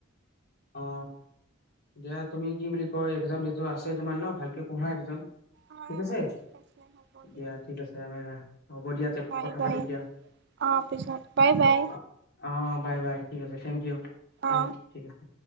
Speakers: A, on the left (about 50°); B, on the right (about 55°).
A: অ দিয়া তুমি কি বুলি কয় একজাম যিহেতু আছে তোমাৰ ন ভালকে পঢ়া একজাম।
B: অ
A: ঠিক আছে?
B: আছে হ'ব দিয়ক
A: দিয়া ঠিক আছে আ ৰা হ'ব দিয়া
B: বাই
A: কথা
B: বাই
A: পাতিম দিয়া,
B: অ পিছত বাই বাই
A: অ অ বাই বাই ঠিক আছে থেংক ইউ উম্
B: অ
A: ঠিক আছে।